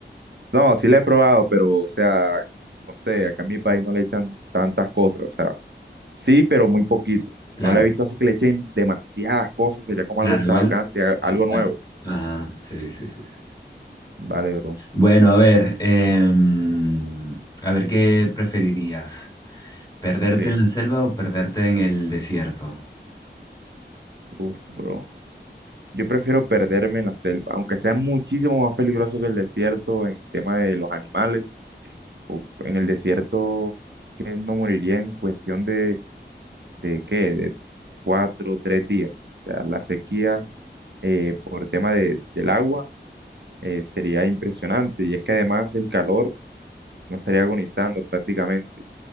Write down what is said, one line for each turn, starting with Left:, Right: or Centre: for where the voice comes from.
Right: No, sí la he probado, pero, o sea, no sé, acá en mi país no le echan tantas cosas, o sea, sí, pero muy poquito.
Left: Claro,
Right: No la he visto así que le echen demasiadas cosas, sería como
Left: claro,
Right: algo extravagante,
Left: igual.
Right: a-
Left: Exacto.
Right: algo nuevo.
Left: Ajá, sí, sí, sí, sí.
Right: Vale, bro.
Left: Bueno, a ver, em, a ver, ¿qué preferirías? ¿Perderte
Right: Sí.
Left: en la selva o perderte en el desierto?
Right: Uf, bro. Yo prefiero perderme en la selva, aunque sea muchísimo más peligroso que el desierto en tema de los animales. Uf, en el desierto, que no moriría en cuestión de, de qué, de cuatro o tres días. O sea, la sequía eh, por tema de, del agua eh, sería impresionante. Y es que además el calor no estaría agonizando prácticamente.